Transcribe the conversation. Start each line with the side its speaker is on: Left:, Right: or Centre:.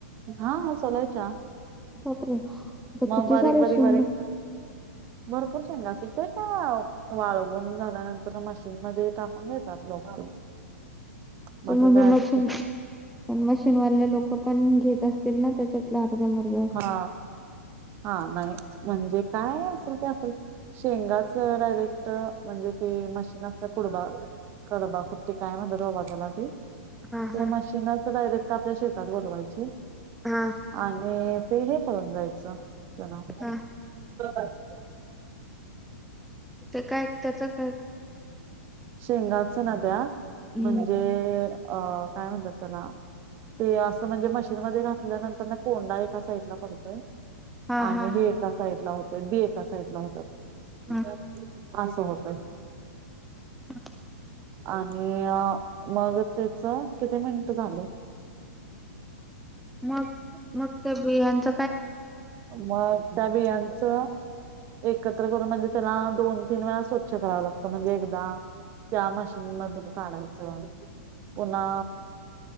Right: हा सोलायच्या.
Centre: बापरे!
Right: मग
Centre: किती
Right: बारीक
Centre: सारे
Right: बारीक
Centre: शेंग
Right: बारीक भरपूर शेंगा असतील तर काय वाळगून झाल्यानंतर मशीन मध्ये टाकून देतात लोक बाकी
Centre: म्हणजे
Right: काय
Centre: म
Right: असते
Centre: पण मशीनवालेल्या लोक पण घेत असतील ना त्याच्यातला अर्ध मर्ध
Right: हा हा नाही म्हणजे काय असेल ते असेल. शेंगाच डायरेक्ट, म्हणजे ते मशीन असतं कुडगा कंडबा कुट्टी काय म्हणत्यात बाबा त्याला ती
Centre: हा
Right: ते
Centre: हा
Right: मशीनच डायरेक्ट आपल्या शेतात बनवायची
Centre: हा
Right: आ ते हे करून जायचं जना
Centre: हा
Right: <unintelligible>
Centre: ते काय, त्याच काय?
Right: शेंगाचं ना त्या
Centre: हम्म
Right: म्हणजे अ काय म्हणतात त्याला ते असं म्हणजे मशीनमध्ये घातल्यानंतर ना, कोंडा एका साईड ला पडतोय.
Centre: हा
Right: आणि
Centre: हा
Right: हे एका साइडला होत बी एका सोडला होतात, <unintelligible>
Centre: हा
Right: असं होतंय.
Centre: <inaudible>
Right: आणि मग त्याच किती मिनिट झालं?
Centre: मग, मग त्या बियांच
Right: मग त्या बियांच एकत्र करून म्हणजे त्याला दोन तीन वेळा स्वच्छ कराव लागतं, म्हणजे एकदा त्या मशी मधून काढायचं, पुन्हा